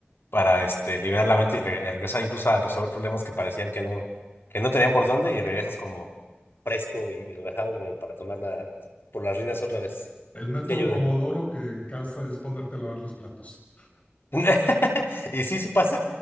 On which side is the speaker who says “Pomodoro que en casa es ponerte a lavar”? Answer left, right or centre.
Left